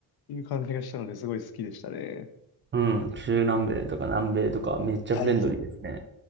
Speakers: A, on the left; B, on the right.
A: いう感じがしたので、すごい好きでしたね。
B: うん、中南米とか南米とかめっちゃフレンドリーですね。
A: いや、いいっすね